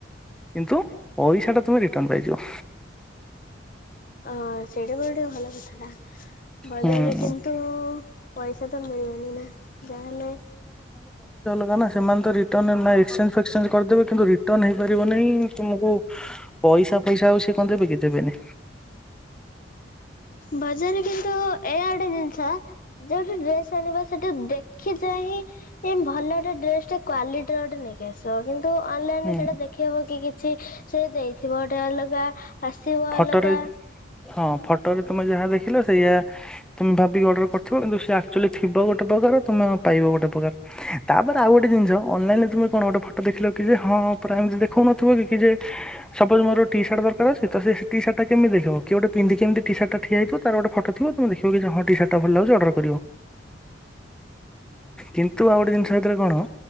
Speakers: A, in the centre; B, on the left.
A: କିନ୍ତୁ ପଇସା ଟା ତମେ ରଟନ୍ ପାଇଯିବ।
B: ହଁ ସେଇଟା ବି ଗୋଟେ ଭଲକଥା ଟା। ବାଜାରରେ
A: ହୁଁ।
B: କିନ୍ତୁ ପଇସା ତ ମିଳିିବନି ନା ଯହାହଲେ।
A: ହେ ସେମାନେ ତ ରିଟର୍ ନା ଏକ୍ସଚେ୍ କରିଦେବେ କିନ୍ତୁ ରିଟର୍ଣ ହେଇପାରିବ ନାହିଁ ତୁମକୁ ପଇସା ଫଇସା ଆଉ ସେ କଦେବେ କି ଦେବେନି।
B: ବାଜାରରେ କିନ୍ତୁ ଏଇ ଗୋଟେ ଜିନିଷ ଯୋଉଠି ଡ୍ରେସ୍ ଆଣିବା ସେଠି ଦେଖି ଚାହିଁ ଏଇ ଭଲଟେ ଡ୍ରେସ୍ ଟେ କ୍ୱାଲିଟି ର ଗୋଟେ ନେଇଁ ସେ କିନ୍ତୁ? ତ ଅନଲାଇନ୍
A: ହୁଁ
B: ରେ ସେଇଟା ଦେଖେଇବ କି ସେ ସେ ଦେଇଥିବ ଗଟେ ଅଲଗା। ଆସିବ
A: ଫଟୋରେ
B: ଅଲଗା
A: ହଁ ଫଟୋରେ ତମେ ଯାହା ଦେଖିଲ ସେଇୟଆ ତମେ ଭାବିକି ଅର୍ଡର କରିଥିବ କିନ୍ତୁ ସେ ଆକ୍ଚୁଆଲି ଥିବ ଗୋଟେ ପ୍ରକାର ତମେ ପାଇବ ଗୋଟେ ପ୍ରକାର ତାପରେ ଆଉ ଗୋଟେ ଜିନିଷ ଅନଲାଇନ୍ ରେ ତମେ କଣ ଗୋଟେ ଫଟୋ ଦେଖିଲକି ଯେ ହଁ ପୁରା ଏମିତି ଦେଖଉନଥିବ କି ଯେ ସପୋଜ ମୋର ଟିସାର୍ଟ ଦରକାର ଅଛି। ତ ସେ ଟିସାର୍ଟ ଟା କେମତି ଦେଖିବ କିଏ ଗୋଟେ ପିନ୍ଧିକି ଏମିତି ଟିସାର୍ଟ ଠିଆଇଥିବ ତାରୋଗୋଟେ ଫୋଟ ଥିବ ତୁ ଦେଖିବ କି ହଁ ଟିସାର୍ଟ ଭଲଲାଗୁଛି ଅଡର କରିବ କିନ୍ତୁ ଆଉ ଗୋଟେ ଜିନିଷ ଭିତରେ କଣ